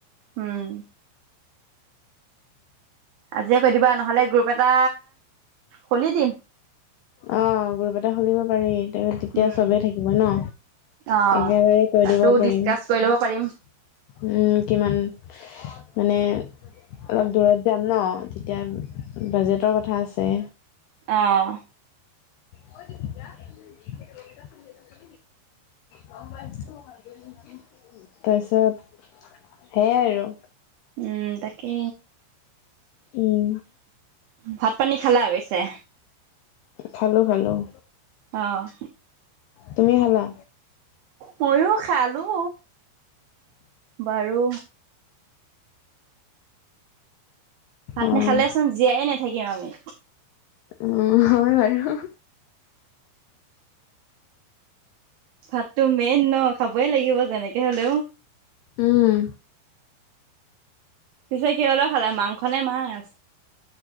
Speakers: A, on the right; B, on the left.
A: উম আজিয়ে কৈ দিবা, নহ'লে গ্ৰুপ এটা খুলি দিম।
B: অ' গ্ৰুপ এটা খুলিব পাৰি, ত তেতিয়া
A: উম
B: চবেই থাকিব ন'।
A: অ
B: একেবাৰে কৈ
A: তাতো
B: দিব পাৰিম।
A: ডিচকাচ
B: উম,
A: কৰি ল'ব পাৰিম
B: কিমান, মানে, অলপ দূৰত যাম ন' তেতিয়া বাজেটৰ কথা আছে।
A: অ'
B: কৈ দিবি যা অমিতা ফলি আছে গম পাইছো মই তাৰ পিছত সেইয়াই আৰু
A: উম তাকে,
B: উম,
A: ভাত পানী খালা পিছে?
B: খালোঁ, খালোঁ
A: অ'
B: তুমি খালা?
A: ময়ো খালো, বাৰু ভাত
B: অ'।
A: নেখালে চোন জীয়াই নাথাকিম আমি।
B: উম হয় বাৰু।
A: ভাততো মেইন ন' খাবই লাগিব যেনেকে হ'লেও।
B: উম।
A: পিছে কিহৰ লগত খালে, মাংস নে মাছ।